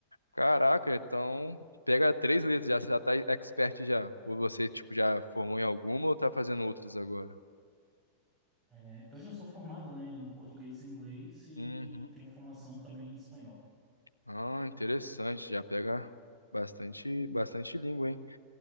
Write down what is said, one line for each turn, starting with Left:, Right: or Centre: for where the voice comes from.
Left: Caraca, então pega três letras já, você já tá expert já. Ou você, tipo, já formou em alguma ou tá fazendo outras agora?
Centre: É, eu já sou formado, né, em português e inglês e
Left: Uhum.
Centre: tenho formação também em espanhol.
Left: Ah, interessante. Já pega bastante, bastante língua, hein?